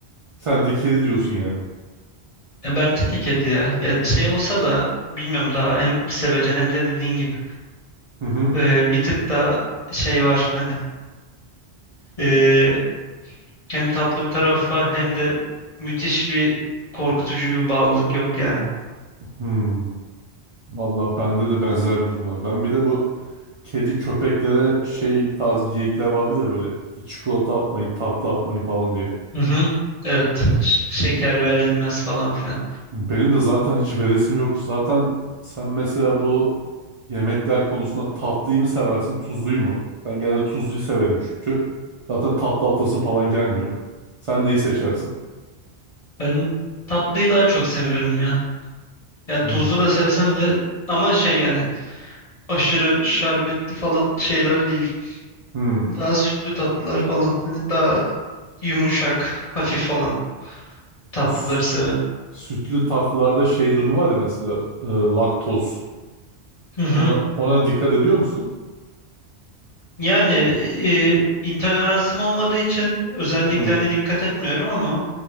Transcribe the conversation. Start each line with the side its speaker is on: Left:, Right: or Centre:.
Right: Sen de kedi diyorsun yani.
Left: E, bence de kedi ya. Ya şey olsa da bilmiyorum daha hem sevecen hem de dediğin gibi.
Right: Hı hı.
Left: E, bir tık da şey var hani. E, hem tatlı bir taraf var hem de müthiş bir korkutucu bir bağlılık yok yani.
Right: Hmm. Valla bende de benzer bir durum var. Ben bir de bu kedi köpeklere şey tarz geyikler vardı da böyle çikolata atmayın, tatlı atmayın falan diye.
Left: Hı hı. Evet. Ş- şeker verilmez falan filan.
Right: Benim de zaten hiç veresim yok. Zaten sen mesela bu yemekler konusunda tatlıyı mı seversin, tuzluyu mu? Ben genelde tuzluyu severim çünkü. Zaten tatlı atasın falan gelmiyor. Sen neyi seçersin?
Left: Ben tatlıyı daha çok seviyorum ya. Ya tuzlu
Right: Hmm.
Left: da sevsem de ama şey hani aşırı şerbetli falan şeyler değil.
Right: Hmm.
Left: Daha sütlü tatlılar falan. Hani daha yumuşak, hafif falan tatlıları
Right: Bu s-
Left: severim.
Right: sütlü tatlılarda şey durumu var ya mesela e, laktoz.
Left: Hı hı.
Right: Ona ona dikkat ediyor musun?
Left: Yani e, intoleransım olmadığı için özellikle
Right: Hı.
Left: hani dikkat etmiyorum ama